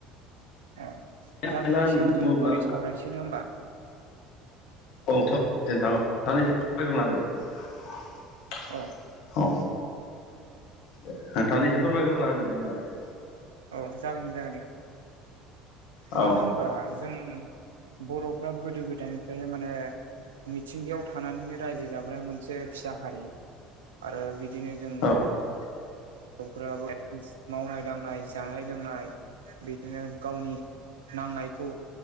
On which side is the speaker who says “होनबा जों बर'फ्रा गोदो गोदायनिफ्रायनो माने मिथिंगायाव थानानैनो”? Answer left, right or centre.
Right